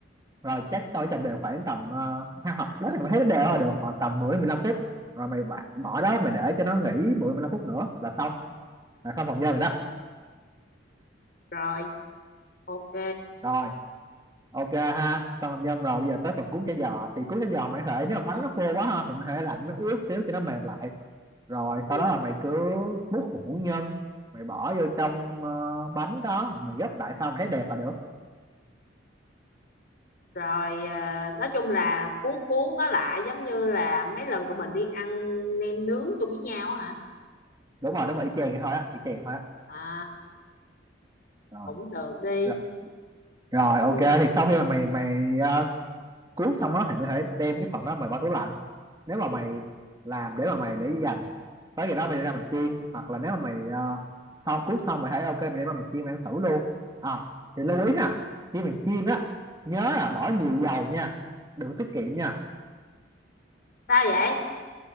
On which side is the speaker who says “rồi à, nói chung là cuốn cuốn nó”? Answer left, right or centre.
Left